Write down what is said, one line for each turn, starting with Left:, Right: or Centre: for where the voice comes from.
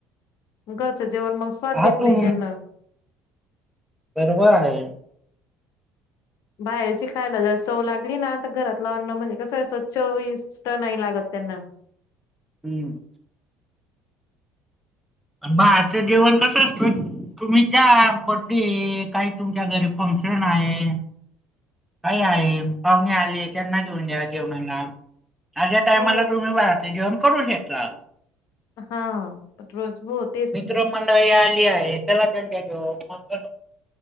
Left: घरचं जेवण मग स्वाद
Centre: हा
Left: देत नाही
Centre: तू
Left: त्यांना
Centre: निरबर आहे.
Left: बाहेरची खायला जर चव लागली ना आ घरातलं अन्न म्हणजे कसं असं चोवीस चव लागत नाही त्यांना
Centre: हुम्म, बाहेरचं जेवण कसं असतं? तुम्हीच्या बर्थडे काही तुमच्या घरी फंक्शन आहे. काही आहे पाहुणे आले त्यांना घेऊन जायचं म्हणा अश्या टायमाला
Left: हो
Centre: तुम्ही बाहेरचं जेवण करू शकता.
Left: हा रोज गोत
Centre: मित्र मंडळी आली आहे त्याला दणक्या घेऊ मग